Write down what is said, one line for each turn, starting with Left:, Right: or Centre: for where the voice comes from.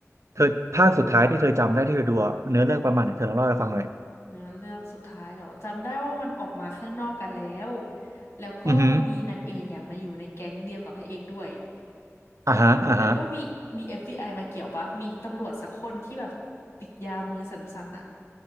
Right: เธอภาคสุดท้ายที่เธอจำได้ที่เธอดูอะเนื้อเรื่องประมาณไหนเธอลองเล่าให้ฟังหน่อย
Left: เนื้อเรื่องสุดท้ายเหรอจำได้ว่ามันออกมาข้างนอกกันแล้วแล้วก็มีนางเอกอะมาอยู่ในแก๊งเดียวกับพระเอกด้วย
Right: อือหืออ่าฮะอ่าฮะ
Left: แล้วก็มีมี f ไ i มาเกี่ยวปะ มีตำรวจสักคนที่แบบติดยามือสั่นๆอ่ะ